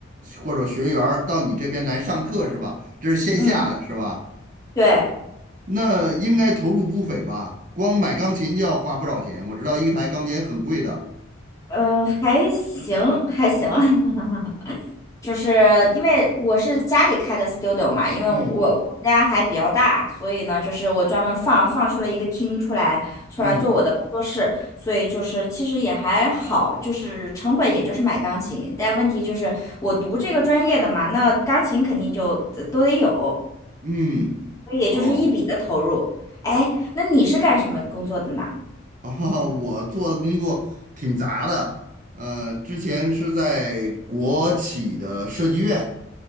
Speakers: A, on the right (about 40°); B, on the left (about 15°).
A: 或者学员儿到你这边来上课是吧？这是线下的是吧？
B: 嗯，对，
A: 那应该投入不菲吧？光买钢琴就要花不少钱，我知道一台钢琴很贵的。
B: 呃，还行还行，<laughs> 就是因为我是家里开的 studio 嘛，因为我我我们家还比较大，
A: 嗯
B: 所以呢，就是我专门放放出了一个厅出来，出来做我的工作室，
A: 嗯
B: 所以就是其实也还好，就是成本也就是买钢琴，但问题就是我读这个专业的嘛，那钢琴肯定就都都得有，
A: 嗯，
B: 所以也就是一笔的投入。
A: 哦，
B: 哎，那你是干什么工作的呢？
A: <laughs> 啊，我做的工作挺杂的，呃，之前是在国企的设计院。